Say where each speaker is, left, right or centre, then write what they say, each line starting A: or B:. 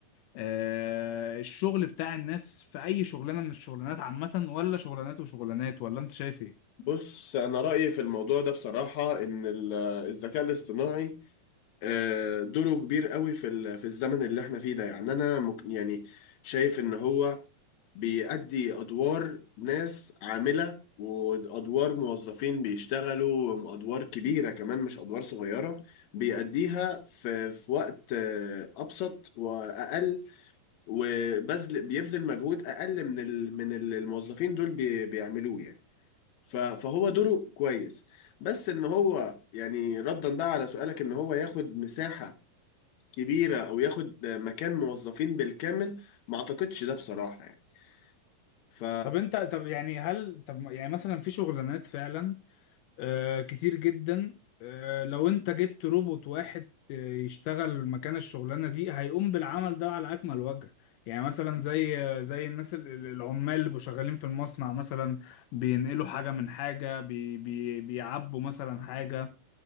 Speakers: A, on the left; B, on the left.
A: آه، الشغل بتاع الناس في اي شغلانة من الشغلانات عامة ولا شغلانات وشغلانات ولا انت شايف ايه؟
B: بص أنا رأيي في الموضوع ده بصراحة إن ال- الذكاء الاصطناعي آه، دوره كبير قوي في ال- في الزمن اللي إحنا فيه ده يعني أنا مك- يعني شايف إن هو بيأدي أدوار ناس عاملة وأدوار موظفين بيشتغلوا أدوار كبيرة كمان مش أدوار صغيرة بيأديها في في وقت آه، أبسط وأقل وبذل بيبذل مجهود اقل من ال... من ال- الموظفين دول بي... بيعملوه يعني ف... فهو دوره كويس بس ان هو يعني ردا بقى على سؤالك ان هو ياخد مساحة كبيرة او ياخد مكان موظفين بالكامل ما اعتقدش ده بصراحة يعني ف
A: طب انت طب يعني هل طب يعني مثلا في شغلانات فعلا آه كتير جدا آه لو انت جبت روبوت واحد آه، يشتغل مكان الشغلانه دي هيقوم بالعمل ده على اكمل وجه يعني مثلا زي زي الناس ال- ال- العمال اللي بيبقوا شغالين في المصنع مثلا بينقلوا حاجه من حاجه بي بي بيعبوا مثلا حاجه